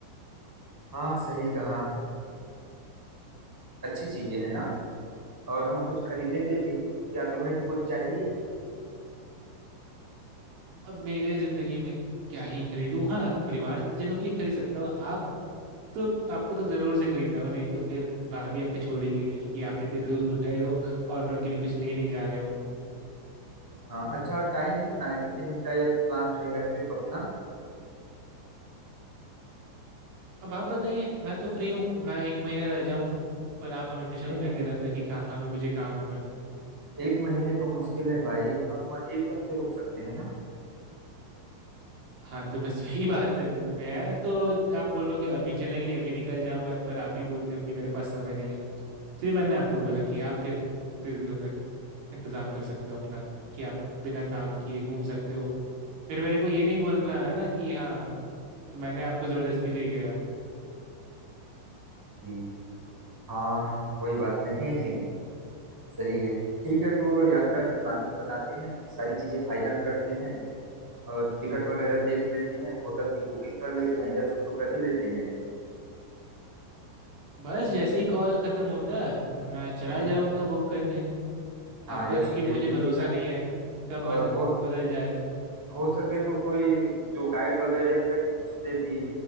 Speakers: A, in the centre; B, on the right.
A: हाँ सही कहा अच्छी चीजें हैं ना और हम कुछ खरीदेंगे भी क्या तुम्हें भी कुछ चाहिए
B: अब मेरे जिंदगी में क्या ही खरीदूं हाँ परिवारजनों के लिए खरीद सकता हूँ आप तो आपको तो जरूर से खरीदना होगा नहीं तो फिर भाभी आपको छोड़ेंगी नहीं कि आप इतने दूर
A: हम्म
B: गए हो और उनके लिए कुछ ले नहीं जा रहे हो
A: हाँ अच्छा टाइम कितना है कितने दिन का ये प्लान रहेगा ट्रिप अपना
B: अब आप बताइए मैं तो फ्री हूँ मैं एक महीना रह जाऊँ पर आप हमेशा
A: नहीं
B: कहते
A: नहीं
B: रहते हो कि काम है मुझे काम है
A: एक महीने तो मुश्किल है भाई हम एक हफ्ते रुक सकते हैं ना
B: हाँ तो बस <laughs> वही बात है मैं तो आप बोलोगे अभी चलने के लिए अभी निकल जाऊंगा पर आप ही बोलते हो कि मेरे पास समय नहीं है इसलिए मैंने आपको बोला कि आप कितने दिनों तक इंतजाम कर सकते हो अपना कि आप बिना काम किए घूम सकते हो फिर मेरे को ये नहीं बोलना है ना कि हाँ कि मैंने आपको जबरदस्ती ले गया
A: जी हाँ कोई बात नहीं <laughs> सही है ठीक है तो यात्रा की प्लानिंग बनाते हैं सारी चीजें फाइनल करते हैं और टिकट वगैरह देख लेते हैं होटल की बुकिंग कर लेते हैं यह सब तो कर ही लेते हैं
B: बस जैसे ही कॉल खत्म होता है मैं चला
A: हम्म
B: जाऊंगा बुक करने
A: हाँ
B: आपका
A: यह
B: क्योंकि
A: सब देख
B: मुझे
A: लीजिएगा
B: भरोसा नहीं है कब मन
A: और हो
B: बदल जाए
A: हो सके तो कोई जो गाइड वगैरह है उससे भी